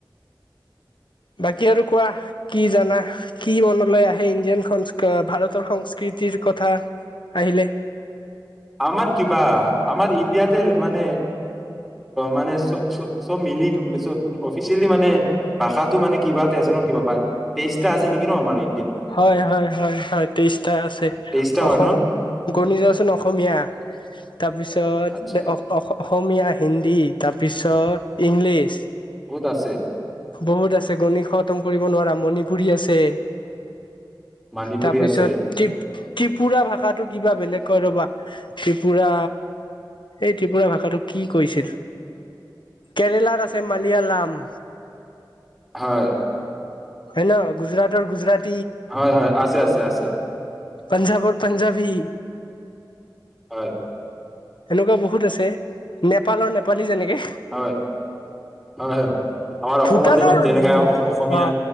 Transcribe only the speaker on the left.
বাকী আৰু কোৱা কি জানা কি মনলৈ আহে ইণ্ডিয়ান ভাৰতৰ সংস্কৃতিৰ কথা আহিলে?
হয়' হয়' হয়' হয়' তেইছটা আছে
অসম
গণিজোৱা সোণ অসমীয়া। <inaudible> তাৰপিছত
অসম অসমীয়া, হিন্দী তাৰপিছত। ইংলিছ।
বহুত আছে গণিত খতম। কৰিব নোৱাৰা মণিপুৰী আছে।
তাৰপিছত
ত্ৰিপ ত্ৰিপুৰা ভাষাটো কিবা বেলেগ কয় ৰবা ত্ৰিপুৰা এই ত্ৰিপুৰা ভাষাটো কি কৈছিল কেৰেলাত আছে মালিয়ালম।
হয় ন গুজৰাটৰ-গুজৰাতী।
পঞ্জাৱৰ-পাঞ্জাবী।
সেনেকুৱা বহুত আছে নেপালৰ নেপালী যেনেকে।
ভূটানৰ
অ